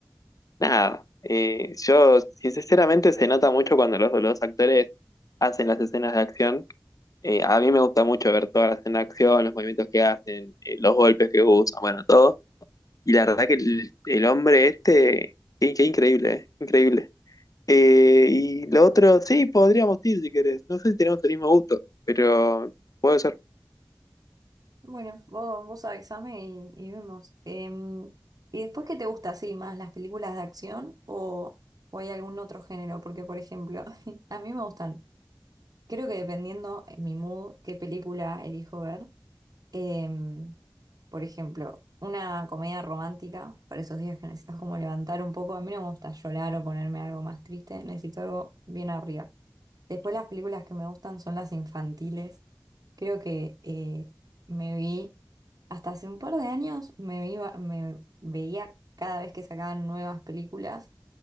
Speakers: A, on the left; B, on the right.
A: nada, eh, yo sinceramente se nota mucho cuando los, los actores hacen las escenas de acción. Eh, a mí me gusta mucho ver todas las escenas de acción, los movimientos que hacen, eh, los golpes que usan, bueno, todo. Y la verdad que el, el hombre este, qué, qué increíble, eh, increíble. Eh, y lo otro, sí, podríamos ir si querés. No sé si tenemos el mismo gusto, pero puede ser.
B: Bueno, vos, vos avísame y, y vemos. Em, ¿y después qué te gusta así más, las películas de acción o, o hay algún otro género? Porque, por ejemplo, <laughs> a mí me gustan, creo que dependiendo en mi mood, qué película elijo ver. Em, por ejemplo, una comedia romántica para esos días que necesitas como levantar un poco. A mí no me gusta llorar o ponerme algo más triste, necesito algo bien arriba. Después las películas que me gustan son las infantiles. Creo que eh, me vi, hasta hace un par de años, me vi va- me veía cada vez que sacaban nuevas películas.